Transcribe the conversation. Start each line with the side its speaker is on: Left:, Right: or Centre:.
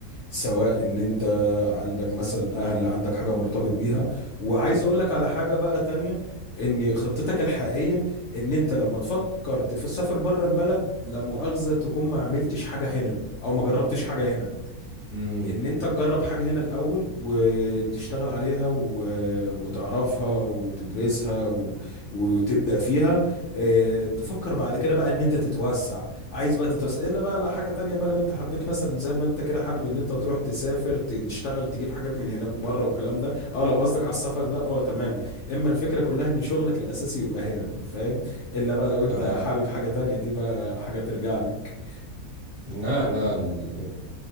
Left: سواء ان انت عندك مثلا اهل عندك حاجة مرتبط بيها وعايز اقول لك على حاجة بقى تانية ان خطتك الحقيقية ان انت لما تفكر تسافر بره البلد لا مؤاخذة تكون ما عملتش حاجة هنا او ما جربتش حاجة هنا
Right: امم
Left: ان انت تجرب حاجة هنا الاول وتشتغل عليها و... وتعرفها وتدرسها و... وتبدأ فيها اه... تفكر بعد كده بقى ان انت تتوسع عايز بقى تتوسع الا بقى لو حاجة تانية بقى لو انت حبيت مثلا زي ما انت كده حابب ان انت تروح تسافر تشتغل تجيب حاجات من هناك بره والكلام ده اه لو قصدك على السفر ده اه تمام اما الفكرة كلها ان شغلك الاساسي يبقى هنا فاهم الا بقى لو انت
Right: اه
Left: حابب حاجة تانية دي بقى حاجة ترجع لك
Right: لا لا ال-